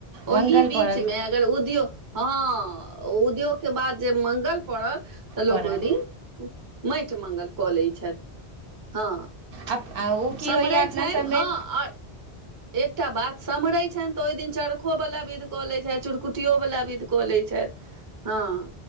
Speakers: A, on the right; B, on the right.
A: ओहि
B: मङ्गल
A: बीच
B: पड़ल
A: मे अगर उद्योग हँ उद्योग के बाद जे मंगल पड़ल तऽ लोक
B: पड़ल
A: ओहि दिन माटि म्गल कऽ लैत छथि हँ
B: आब आ ओ की
A: सम्हरै
B: होइए अपना
A: छनि
B: सभमे
A: हँ आओर एकटा बात समहरे छनि ते ओहि दिन चरखो वालला विध कऽ ले छै च कुटियो वला विध कऽ लै छथि हँ